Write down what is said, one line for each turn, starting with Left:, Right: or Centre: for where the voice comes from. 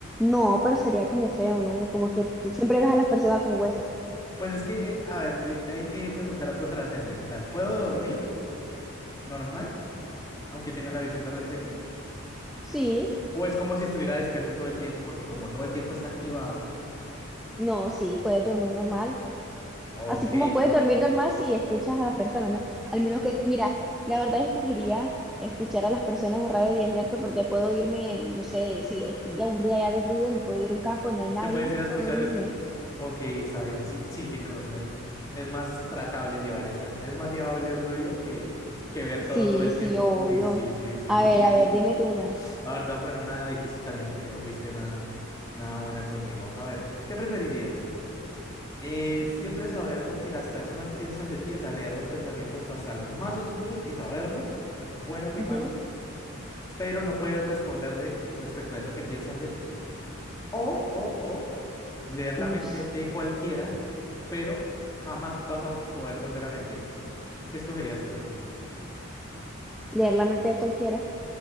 Centre: No, pero sería como feo, ¿no? Como que tú siempre ves a las personas con huesos.
Left: Pues es que, eh, a ver, eh, hay que preguntar algo trascendental. ¿Puedo dormir normal, aunque tenga la visión de rayos X?
Centre: Sí,
Left: ¿O es como si estuviera despierto todo el tiempo, porque como todo el tiempo está activada?
Centre: no, sí, puedes dormir normal.
Left: Ok,
Centre: Así como puedes dormir normal si escuchas a las personas, ¿no? Al menos que, mira, la verdad yo escogería escuchar a las personas en un radio de 10 metros porque puedo irme, no sé, si estoy aburrida ya del ruido, me puedo ir a un campo, no hay nadie
Left: Te puedes
Centre: y
Left: ir a escuchar.
Centre: puedo dormir
Left: escu-
Centre: bien.
Left: Ok, está bien. Sí, sí, tienes razón. Es, es más tratable llevar esa. Es más llevable el ruido que, que ver
Centre: Sí,
Left: todo todo el
Centre: sí,
Left: tiempo.
Centre: obvio.
Left: Uy, sí, sí, sí.
Centre: A ver, a ver, dime tú una.
Left: <laughs> A ver, te voy a poner una difícil también porque no fuiste nada, nada buena conmigo. A ver, ¿qué preferirías? Eh, siempre saber lo que las personas piensan de ti, o sea, leer los pensamientos hasta los más oscuros y saberlos, buenos y
Centre: Ujú.
Left: malos, pero no puedes responderle respecto a eso que piensan de ti. O, o, o leer
Centre: Ush.
Left: la mente de cualquiera, pero jamás vas a poder volver a mentir. ¿Qué escogerías tú?
Centre: Leer la mente de cualquiera.